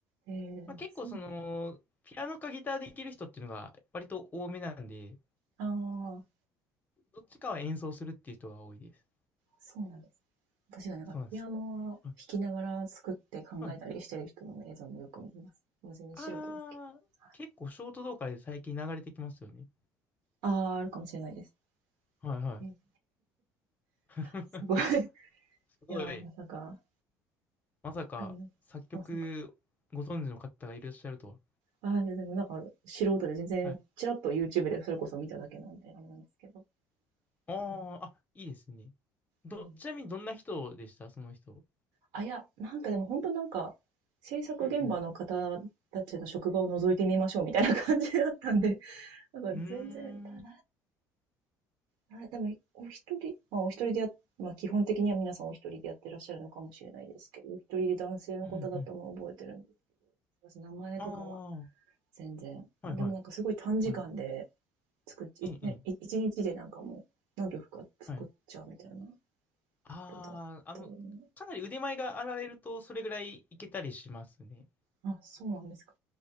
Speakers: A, on the right; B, on the left.
A: ええ、
B: まあ、結構その、
A: そう。
B: ピアノかギターできる人っていうのが割と多めなんで、
A: ああ、
B: どっちかは演奏するっていう人が多いです。
A: そうなんです。私がなんかピアノを弾きながら作って考えたりしてる人の映像もよく見ます。
B: そうなんですよ。はいはい。
A: もう全然素人ですけど。
B: あー、
A: はい
B: 結構ショート動画で最近流れてきますよね。
A: ああ、あるかもしれないです。
B: はいはい。
A: うん。
B: <laughs>
A: すごい。<laughs>
B: すごい。
A: いやー、まさか、
B: まさか作曲ご存知の方がいらっしゃるとは。
A: うん。まさかああ、ででもなんか、素人で全然、
B: はい。
A: チラッと YouTube でそれこそ見ただけなんで、あれなんですけど。
B: あー、
A: うん
B: あ、いいですね。ど、
A: うん。
B: ちなみにどんな人でしたその人。
A: あ、いや、なんかでも本当なんか、制作現場の方たちの職場を覗いてみましょうみたいな感じだったんで、
B: うん
A: <laughs> なんか全然、
B: うん。
A: ただ、
B: うーん。
A: あでも、お一人、まあお一人でや、まあ基本的には皆さんお一人でやってらっしゃるのかもしれないですけど、お一人で男性の方だったのを覚えてるん
B: うんうん。
A: です。名前とかは
B: あー、
A: 全然。
B: はいはい。
A: でもなんかすごい短時間で、
B: はい。
A: 作っちゃ、
B: ええ、
A: 一年、
B: ええ。
A: 一日でなんかもう何曲か作っちゃうみたいな
B: はいああ、
A: 人だったよね。
B: あの、かなり腕前があられると、それぐらいいけたりしますね。
A: あ、そうなんですか。